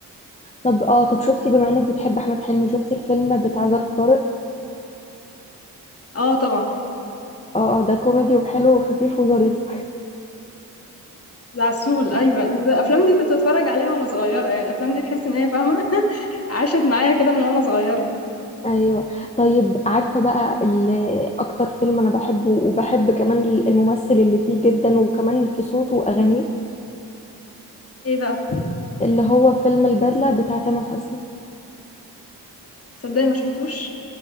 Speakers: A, on the left; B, on the left.
A: طب اه طب شفتي بما انك بتحب احمد حلمي شفتي الفيلم بتاع ظرف طارق
B: اه طبعا
A: اه اه ده كوميدي وحلو وخفيف وظريف
B: العسول ايوه الافلام دي كنت بتفرج عليها وانا صغيره يعني الافلام دي تحس ان هي فاهمه <laughs> عاشت معايا كده من وانا صغيره
A: ايوه طيب عارفه بقى ال- اكتر فيلم انا بحبه وبحب كمان الممثل اللي فيه جدا وكمان في صوته واغانيه
B: ايه بقى
A: اللي هو فيلم البدله بتاع تامر حسني
B: تصدقي ما شفتوش